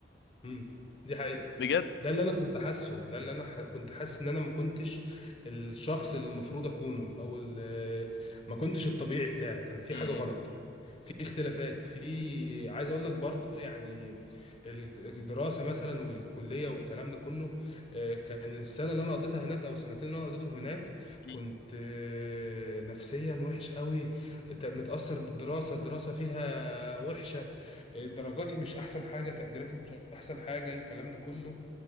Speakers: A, on the left; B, on the left.
A: امم دي حقيقة
B: بجد
A: ده اللي انا كنت حاسه ده اللي انا ح... كنت حاسس ان انا ما كنتش الشخص اللي المفروض اكونه او ال... ما كنتش الطبيعي بتاعي كان في
B: مم.
A: حاجه غلط في اختلافات في عايز اقول لك برضو يعني ال- الدراسه مثلا والكليه والكلام ده كله آه، كان السنه اللي انا قضيتها هناك او السنتين اللي انا قضيتهم هناك
B: مم.
A: كنت آه، نفسيا وحش قوي ت- متاثر بالدراسه الدراسه فيها وحشه آه، درجاتي مش احسن حاجه تقديراتي مش احسن حاجه الكلام ده كله